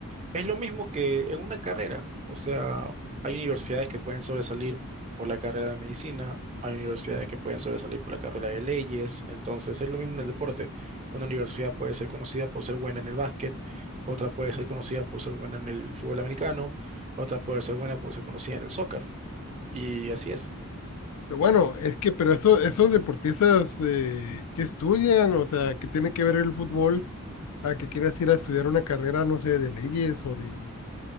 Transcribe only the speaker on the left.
pero bueno, es que, pero eso, esos deportistas eh, que estudian, o sea, que tiene que ver el fútbol, a que quieras ir a estudiar una carrera, no sé, de leyes o de,